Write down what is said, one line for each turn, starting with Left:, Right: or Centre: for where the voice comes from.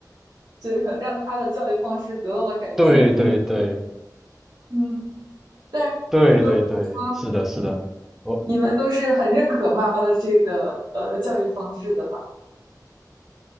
Right: 这个让他的教育方式得到了改进。
Centre: 对对对。
Right: <laughs> 嗯，但是总体来说，
Centre: 对对对，是的，是的，我
Right: 你们都是很认可妈妈的这个呃教育方式的吧？